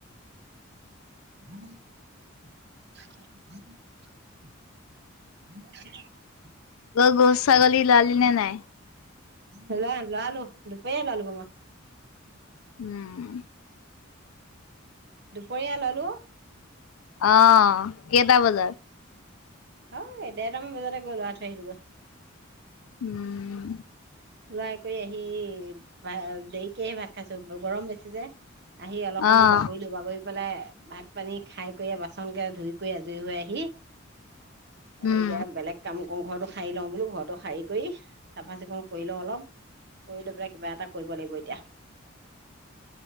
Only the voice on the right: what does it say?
<inaudible>
লৱাই লৱালো দুপৰীয়াই লৱালো গৈ মই।
দুপৰীয়া লৱালো।
হয় ডেৰটামান বজাতে গৈ লৰাই থৈ আহিলো গৈ।
লৰা কৰি আহি ভ দেৰিকেহে ভাত খাইছো গৰম বেছি যে। আহি অলপ সময়
বাগৰি লো বাগৰি পেলাই ভাত পানী খাই কৰি বাচন কেইটা ধুই কৰি আজৰি হৈ আহি
এই বেলেগ কাম অ ঘৰটো খাই লওঁ বোলো ঘৰৰতটো খাই কৰি। চাফা চিকুণ কৰি লওঁ অলপ কৰি লৈ পেলাই কিবা এটা কৰিব লাগিব এতিয়া।